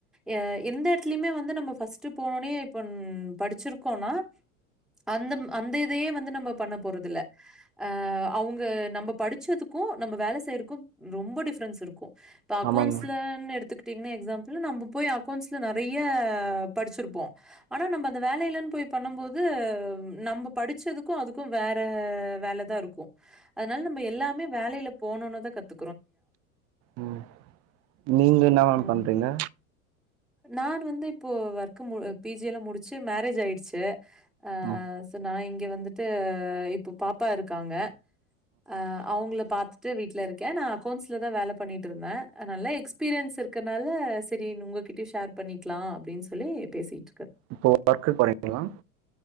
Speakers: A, in the centre; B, on the right.
A: எ எந்த இடத்துலயுமே வந்து நம்ம ஃபஸ்டு போனோனே இப்போ படிச்சிருக்கோனா அந்த அந்த இதையே வந்து நம்ம பண்ண போறது இல்ல அஹ் அவுங்க நம்ம படிச்சதுக்கும் நம்ம வேலை செய்ற க்கும் ரொம்ப டிஃப்ரன்ஸ் இருக்கும் இப்ப அக்கௌன்ட்லனு
B: ஆமாங்க மேம்
A: எடுத்துக் தின்ன எக்ஸாம்பிள் நம்ப போய் அக்கௌண்ட்ஸ்ல நெறைய படிச்சிருப்போம். ஆனா நம்ம அந்த வேலைலன்னு போய் பண்ணும் போது நம்ம படிச்சதுக்கும் அதுக்கும் வேற வேலை தான் இருக்கும். அதுனால நம்ம எல்லாமே வேலையில போணோனே தான் கத்
B: உம் நீங்க என்னா மேம்
A: ம்.
B: பண்றீங்க
A: நான் வந்து இப்போ ஒர்கு மு பி ஜி எல்லாம் முடிச்சு மேரேஜ் ஆய்டுச்சு அஹ்
B: ம்
A: சோ நான் இங் க வந்துட்டு இப்ப பாப்பா இருக்காங்க ஆஹ் அவுங்கள பாத்துட்டு வீட்ல இருக்கே கே நான் அக்கௌன்ஸ்ல தான் வேலை பண்ணிட்டு இருந்தேன் நல்ல எக்ஸ்பீரியன்ஸ் இருக்கனால சரின்னு உங்ககிட்டயும் ஷேர் பண்ணிக்கலாம் அப்டின்னு சொல்லி பேசிட்
B: இப்போ ஒர்கு போறீங்களா